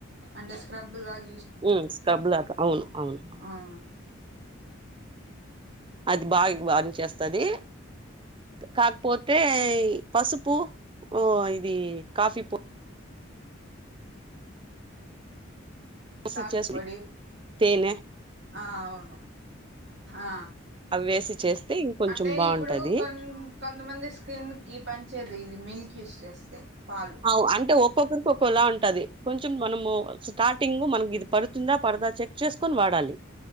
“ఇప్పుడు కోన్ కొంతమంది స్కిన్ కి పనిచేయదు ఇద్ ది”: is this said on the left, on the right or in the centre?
Right